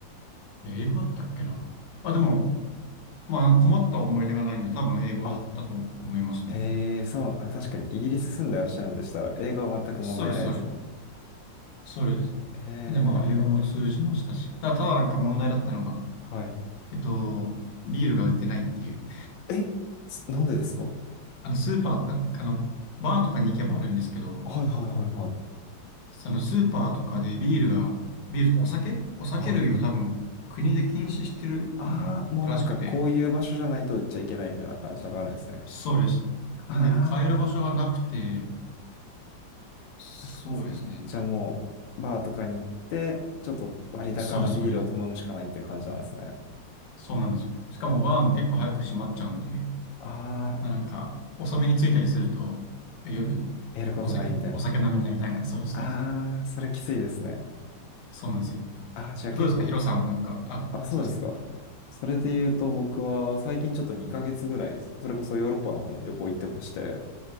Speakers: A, on the left; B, on the left.
A: あれ英語だったっけな。あ、でも、まあ困った思い出がないんで、多分英語だったと思いますね。
B: あ、へえ、そうな、あ確かにイギリス住んでらっしゃるんでしたら、英語は全く問題ないですもんね。
A: それそれ。そうです。
B: へ
A: で、まあ、英語も通じましたし、
B: え、
A: ただ、ただなんか問題だったのが、
B: はい。
A: えっと、ビールが売ってないっていう、
B: え、つなんでですか
A: あの、スーパー、あ、あの、バーとかに行けばあるんですけど、
B: はいはいはいはい。
A: そのスーパーとかでビールが、ビールとかお酒お酒類を多分国で禁止してるのかならしくて、
B: はい。ああ、もうなんかこういう場所じゃないと売っちゃいけないみたいな感じのがあるんですね。
A: そうです。
B: あ
A: なんで、買える場所がなくて、
B: あ。
A: そうですね。
B: なるほどなるほど。じゃあもう、バーとかに行って、ちょっと割高なビールを頼むしかないっていう感じなんですね。
A: そうです、そうです。そうなんですよ。しかもバーも結構早く閉まっちゃうんで、
B: ああ、
A: まあなんか、遅めに着いたりすると、夜、
B: やることないみたいな。
A: お酒、お酒飲めないみたいな、そうです、
B: ああ、
A: そうです。
B: それきついですね。
A: そうなんですよ。
B: ああ、じゃあ結構、
A: どうですか、ヒロさんはなんか、あ、
B: あ、そうですか。
A: すいません。
B: それで言うと僕は最近ちょっと2ヶ月ぐらい、それこそヨーロッパの方に旅行行ってまして、